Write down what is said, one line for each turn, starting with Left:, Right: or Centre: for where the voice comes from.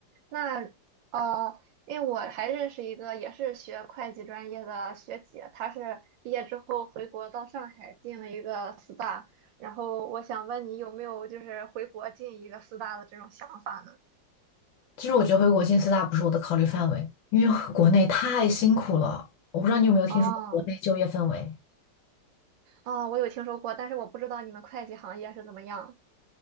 Right: 那呃，因为我还认识一个也是学会计专业的学姐，她是毕业之后回国到上海进了一个四大，然后我想问你有没有就是回国进一个四大的这种想法呢？
Left: 其实我觉得回国进四大不是我的考虑范围，因为国内太辛苦了，我不知道你有没有听说过国内就业氛围。
Right: 哦。哦，我有听说过，但是我不知道你们会计行业是怎么样。